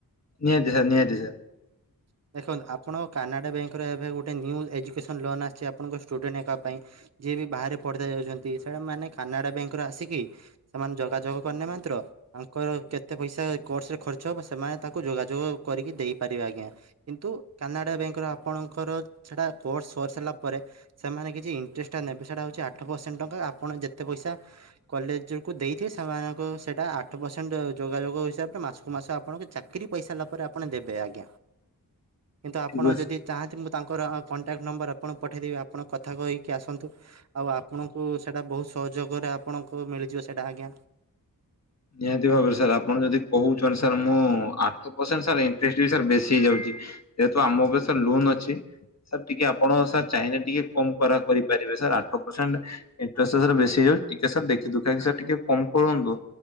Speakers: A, on the left; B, on the right.
A: ନିହାତି ସାର୍ ନିହାତି ସାର୍।
B: ହ <inaudible> ଦେଖନ୍ତୁ ଆପଣଙ୍କ କାନାଡ଼ା ବ୍ୟାଙ୍କର ଏବେ ଗୋଟେ ନ୍ୟୁ ଏଜୁକେସନ୍ ଲୋନ୍ ଆସିଛି ଆପଣଙ୍କ ଷ୍ଟୁଡେଣ୍ଟ ହେକା ପାଇଁ। ଯିଏ ବି ବାହାରେ ପଢିଦେ ଯାଉଛନ୍ତି ସେଟା ମାନେ କାନାଡା ବ୍ୟାଙ୍କ ରୁ ଆସିକି। ସେମାନେ ଯୋଗାଯୋଗ କରିନେ ମାନ୍ତ୍ର ତାଙ୍କର କେତେ ପଇସା କୋର୍ସ ରେ ଖର୍ଚ୍ଚ ହବ ସେମାନେ ତାକୁ ଯୋଗାଯୋଗ କରିକି ଦେଇ ପାରିବେ ଆଜ୍ଞା। କିନ୍ତୁ କାନାଡ଼ା ବ୍ୟାଙ୍କର ଆପଣଙ୍କର ସେଟା କୋର୍ସ ସରି ସାରିଲା ପରେ। ସେମାନେ କିଛି ଇଣ୍ଟରେଷ୍ଟଟା ନେବେ ସେଟା ହଉଛି ଆଠ ପରସେଣ୍ଟ ଟଙ୍କା ଆପଣ ଯେତେ ପଇସା କଲେଜରୁ କୁ ଦେଇଥିବେ ସେମାନଙ୍କୁ ସେଟା ଆଠ ପରସେଣ୍ଟ ଯୋଗାଯୋଗ ହିସାବରେ ମାସକୁ ମାସ ଆପଣଙ୍କୁ ଚାକିରି ପାଇସାରିଲା ପରେ ଆ ଆପଣ ଦେବେ ଆଜ୍ଞା କିନ୍ତୁ ଆପଣ
A: ଠିକ ଅଛି।
B: ଯଦି। ଚାହାନ୍ତି ମୁଁ ତାଙ୍କର କଣ୍ଟାକ୍ଟ ନମ୍ବର ଆପଣଙ୍କୁ ପଠେଇଦେବୀ ଆପଣ କଥା କହିକି ଆସନ୍ତୁ। ଆଉ ଆପଣଙ୍କୁ ସେଟା ବହୁତ ସହଯୋଗରେ ଆପଣଙ୍କୁ ମିଳିଯିବ ସେଟା ଆଜ୍ଞା।
A: ନିହାତି ଭାବରେ ସାର୍ ଆପଣ ଯଦି କହୁଛନ୍ତି ସାର୍ ମୁଁ ଆଠ ପରସେଣ୍ଟ ସାରେ ଇ <unintelligible> ସାର୍ ବେଶୀ ହେଇଯାଉଛି ଯେହେତୁ ଆମ ଉପରେ ସାର୍ ଲୋନ୍ ଅଛି ସାର୍ ଟିକିଏ ଆପଣ ସାର୍। ଚାହିଁଲେ ଟିକିଏ କମ କରା କରିପାରିବେ ସାର୍ ଆଠ ପରସେଣ୍ଟ। ଇଣ୍ଟ୍ରେଷ୍ଟ ସାର୍ ବେଶୀ ହେଇଯାଉ ଟିକେ ସାର୍ ଦେଖି ଦୁଖାକି ସାର୍ ଟିକିଏ କମ କରନ୍ତୁ